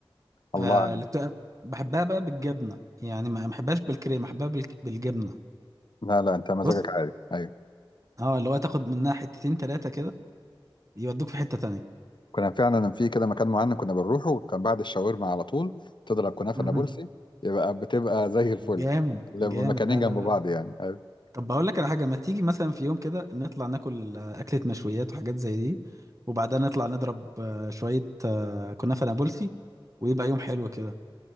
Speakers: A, on the left (about 60°); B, on the right (about 35°).
A: الله
B: آه
A: عليك.
B: اللي بتبقى- بحبها بقى بالجبنه يعني ما ما بحبهاش بالكريمه بحبها بال... بالجبنه
A: لا لا انت مزاجك
B: بص
A: عالي ايوه
B: اه اللي هو تاخد منها حتتين تلاتة كده يودوك في حته تانية
A: كنا فعلا في كده مكان معين كنا بنروحه كان بعد الشاورما على طول تضرب كنافه
B: مهم.
A: نابلسي يبقى بتبقى زي الفل
B: جامد
A: المكانين
B: جامد لا
A: جنب
B: لا لا
A: بعض يعني ايوه
B: طب بقول لك على حاجة ما تيجي مثلا في يوم كده نطلع ناكل آه، أكلة مشويات وحاجات زي دي وبعدها نطلع نضرب آه، شوية آه، كنافة نابلسي ويبقى يوم حلو كده